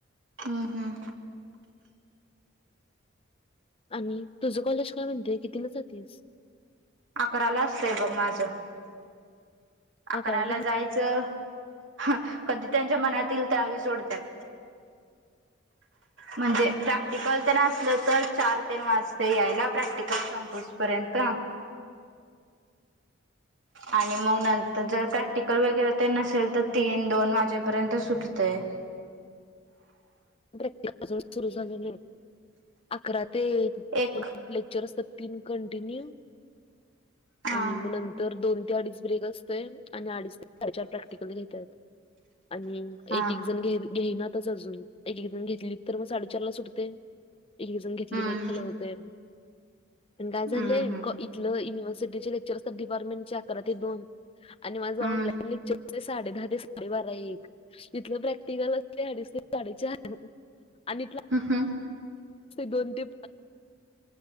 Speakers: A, on the right; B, on the left.
A: हम् हम्.
B: आणि तुझं कॉलेज काय म्हणतंय कितीला जातीस?
A: अकराला असतंय बघ माझं. अकराला
B: अकरा ते किती?
A: जायचं, हा कधी त्यांच्या मनातील ईल त्यावेळी सोडत्यात. म्हणजे प्रॅक्टिकल तेन असलं तर चार तेन वाजतयं यायला प्रॅक्टिकल संपुस पर्यंत आणि मग नंत त जर प्रॅक्टिकल वगैरे तेन नसेल तर तीन दोन वाजेपर्यंत सुटतयं.
B: प्रॅक्टिस आजुन सुर झाले नाही अकरा ते दोन
A: एक
B: लेक्चर असत. तीन कंटिन्यू
A: हा
B: आणि मग नंतर तर दोन ते अडीच ब्रेक असतोय आणि अडीच ते साडे चार प्रॅक्टिकल घेतात. आणि
A: हा
B: एक एक जण घे घेईनातच अजून एक एक जण घेतली तर मग साडेचार ला सुटते एक एक जण घेतली
A: हम्म
B: नाही त्याला होते. पण काय
A: हम्म
B: झालंय
A: हम्म
B: युनिवर्सटिचे लेक्चर असतात डिपार्टमेंटचे दोन आणि माझं
A: हम्म
B: ऑनलाईन लेक्चर साडे दहा ते साडेबारा एक इथले प्रॅक्टील असतय अडीच ते साडेचार <inaudible>
A: ह हं.
B: दोन ते.